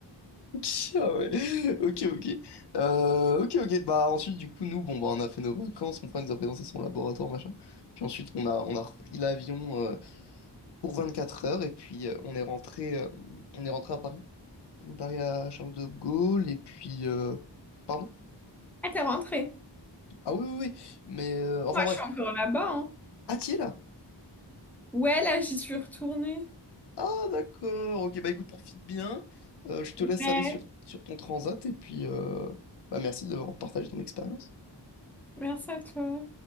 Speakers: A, on the left; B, in the centre.
A: Ok, <laughs> ah ouais. Ok, ok. Euh, ok, ok. Bah ensuite, du coup, nous, bon, bah on a fait nos vacances, mon frère nous a présenté son laboratoire, machin. Puis ensuite, on a, on a repris l'avion euh, pour quatre heures et puis euh, on est rentré, euh, on est rentré à Paris. Paris à Charles de Gaulle et puis, euh, pardon?
B: Ah, t'es rentrée.
A: Ah oui, oui, oui. Mais euh, enfin
B: Moi,
A: bref.
B: je suis encore là-bas, hein.
A: Ah, t'y es là?
B: Ouais, là, j'y suis retournée.
A: Ah d'accord. Ok, bah écoute, profite bien. Euh, je te
B: Ouais,
A: laisse aller sur, sur ton transat et puis, euh, bah merci d'avoir partagé ton expérience.
B: merci à toi.